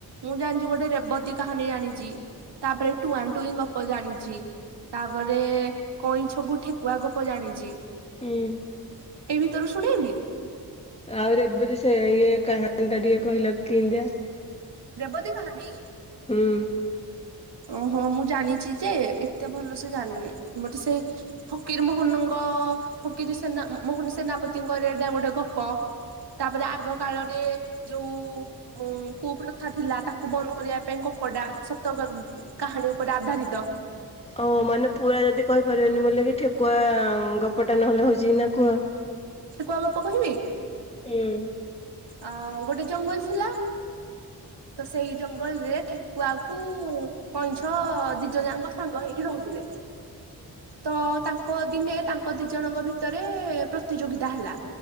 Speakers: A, on the right; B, on the left.
A: ମୁଁ ଜାଣିଛି ଗୋଟେ ରେବତ କାହାଣୀ ଜାଣିଛି ତାପରେ ଟୁଆ ଟୁ ଗପ ଜାଣିଛି ତାପରେ କଇଁ ଛଗୁ ଠେକୁଆ ଗପ ଜାଣିଛି।
B: ହୁଁ।
A: ଏଇ ବି ତରୁ ଶୁଣେଇବି।
B: ଆହୁ ଏମତି ସେ ଇଏ କାହାଣୀ ଟ ଟିକେ କହିଲ କିଆ
A: ରେବତୀ କାହାଣୀ
B: ହୁଁ।
A: ଓ ହଁ ମୁଁ ଜାଣିଛି ଯେ ଏତେ ଭଲ ସେ ଜାଣିନି ମୋତେ ସେଇ ଫକୀର ମୋହନଙ୍କ ଫକୀର ସେନା ମୋହନ ସେନାପତିଙ୍କର ଏଟା ଗୋଟେ ଗପ ତାପରେ ଆଗ କାଳରେ ଯୋଉ <unintelligible> କ ଥିଲା ତାକୁ ବନ୍ଦ କରିବା ପାଇଁ ଗପଟା ତ ଗ କାହାଣୀ ଉପରେ ଆଧାରିତ।
B: ଓ ମାନେ ପୁରା ଯଦି କହିପାରିବନି ବୋ କି ଠେକୁଆ ଗପଟା ନହେଲେ ହଉଛି କି ନା କୁହ।
A: ଠେକୁଆ ଗପ କହିବି?
B: ହୁଁ।
A: ଅ ଗୋଟେ ଜଙ୍ଗଲ ଥିଲା। ତ ସେଇ ଯ ଜଙ୍ଗଲ ରେ ଠେକୁଆକୁ କଇଁଛ ଦିଜ ଯାଙ୍କ ସାଙ୍ଗ ହେଇକି ରହୁଥିଲେ। ତ ତାଙ୍କ ତାଙ୍କ ଦିନେ ତାଙ୍କ ଦି ଜଣଙ୍କ ଭିତରେ ପ୍ରତିଯୋଗିତା ହେଲା।